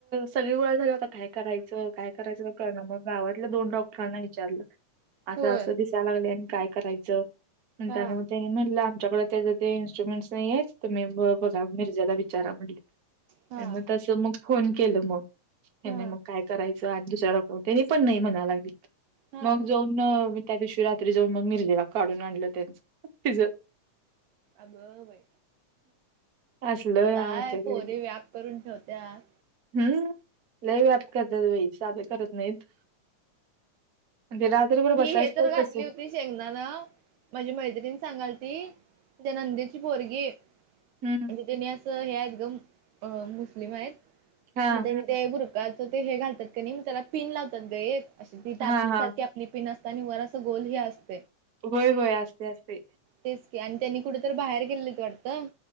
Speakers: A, on the right; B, on the right.
A: सगळी गोळा झाली आता काय करायचं काय करायचं तर कळण मग गावातल्या दोन डॉक्टरांना विचारलं असं
B: होय
A: असं दिसाय लागलंय आणि काय करायचं? म्हणताना
B: हा
A: मग त्यानी म्हणलं आमच्याकड त्याच ते इन्स्ट्रुमेंट्स नाहीये तुम्ही ब बघा. मिर्जाला विचारा म्हणलं
B: हा
A: आण मग तसं मग फोन केल ह्यंनी
B: हा हा
A: मग काय करायचं? <unintelligible> दुसऱ्या डॉक्टर त्यांनी पण नाही म्हणायं लागलीत
B: हा
A: मग जाऊन त्या दिवशी रात्री जावून मग मिरजेला काढून आणलं त्यांच तिज.
B: अग बाई.
A: असल
B: काय
A: आमच्याघरी
B: पोरी व्याप करून ठेवत्यात.
A: हम्म. लय व्याप करत्यात बाई साधं करत नाहीत. म्हणजे रात्रभर
B: ही
A: बसायचं
B: हे तर घातली
A: कसं
B: होती शेंगदाणा माझी मैत्रिणी सांगायल ती तिज्या नंद्येची पोरगी म्हणजे
A: हम्म
B: त्यानी असं हे आहेत ग मु अ मुस्लिम आहेत
A: हा
B: मग त्यांनी ते बर ते हे घालतात का त्याला पिन लावतात ग एक ती टाचणी
A: हा हा
B: सारखी आणि वर असं गोल हे असत.
A: होय होय असते असते.
B: तेच आणि त्यांनी कुठे तर बाहेर गेले वाटतं.